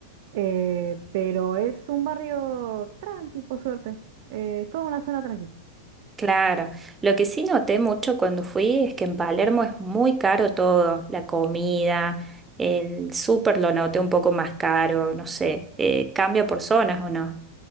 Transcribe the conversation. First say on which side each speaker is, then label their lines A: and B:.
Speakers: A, on the right; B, on the right.
A: eh, pero es un barrio tranqui, por suerte. eh, es toda una zona tranqui.
B: Claro, lo que sí noté mucho cuando fui es que en Palermo es muy caro todo, la comida, el súper lo noté un poco más caro, no sé, eh, cambia por zonas o no,